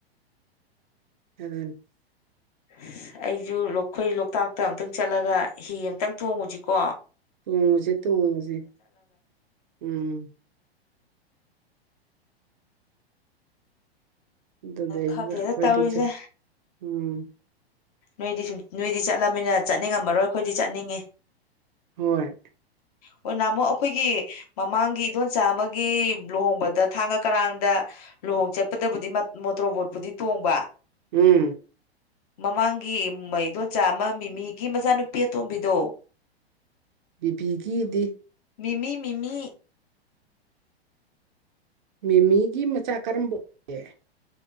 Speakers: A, on the right; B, on the left.
A: ꯎꯝ <unintelligible>
B: ꯑꯁ ꯑꯩꯁꯨ ꯑꯩꯈꯣꯏ ꯂꯣꯛꯇꯥꯛꯇ ꯑꯨꯛꯇꯪ ꯆꯠꯂꯒ ꯍꯤ ꯑꯃꯨꯇꯪ ꯊꯣꯡꯉꯨꯁꯤꯀꯣ
A: ꯇꯨꯡꯉꯨꯁꯦ ꯇꯨꯡꯉꯨꯁꯦ ꯎꯝ ꯑꯗꯨꯗꯗ
B: ꯈꯪꯗꯦꯗ
A: ꯀꯣꯏꯇꯁ
B: ꯇꯧꯔꯤꯁꯦ
A: ꯎꯝ
B: ꯅꯣꯏꯗꯤ ꯁꯨꯝ ꯅꯣꯏꯗꯤ ꯆꯠꯂꯅꯤꯅ ꯆꯠꯅꯤꯡꯉꯝꯃꯔꯣꯏ ꯑꯩꯈꯣꯏꯗꯤ ꯆꯠꯅꯤꯡꯉꯤ
A: ꯍꯣꯏ
B: <inaudible> ꯑꯣ ꯅꯅꯥꯃꯣꯛ ꯑꯩꯈꯣꯏꯒꯤ ꯃꯃꯥꯡꯒꯤ ꯏꯗꯣꯟꯆꯥ ꯑꯃꯒꯤ ꯂꯨꯍꯣꯡꯕꯗ ꯊꯥꯡꯒ ꯀꯔꯥꯡꯗ ꯂꯨꯍꯣꯡ ꯆꯠꯄꯗꯕꯨꯗꯤ ꯃꯣꯇꯣꯔꯣ ꯕꯣꯠꯄꯨꯗꯤ ꯇꯣꯡꯕ
A: ꯎꯝ
B: ꯃꯃꯥꯡꯒꯤ ꯃꯩꯗꯣꯟꯆꯥ ꯑꯃ ꯃꯤꯃꯤꯒꯤ ꯃꯆꯥꯅꯨꯄꯤ ꯑꯇꯣꯝꯕꯤꯗꯣ
A: ꯕꯤꯕꯤꯒꯤꯗꯤ
B: ꯃꯤꯃꯤ ꯃꯤꯃꯤ
A: ꯃꯦꯃꯤꯒꯤ ꯃꯆꯥ ꯀꯔꯝꯕ ꯑꯣꯏꯒꯦ